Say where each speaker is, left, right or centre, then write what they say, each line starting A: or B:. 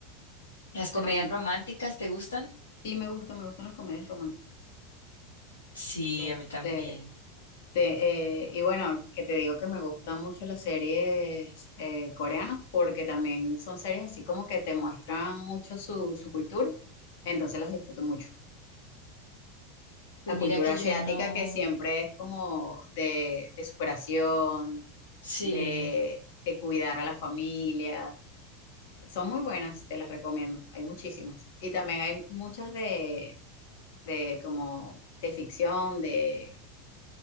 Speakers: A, on the left; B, on the left.
A: ¿Las comedias
B: Tam-
A: románticas te gustan?
B: sí me gusta, me gustan las comedias románticas.
A: Sí,
B: Este,
A: a mí también.
B: Te- eh, y bueno, que te digo que me gustan mucho las series eh, coreanas porque también son series así como que te muestran mucho su, su cultura, entonces las disfruto mucho.
A: Pues
B: La
A: mira
B: cultura
A: que
B: asiática
A: yo no.
B: que siempre es como de, de superación,
A: Sí.
B: de, de cuidar a la familia, son muy buenas, te las recomiendo, hay muchísimas. Y también hay muchas de, de como de ficción, de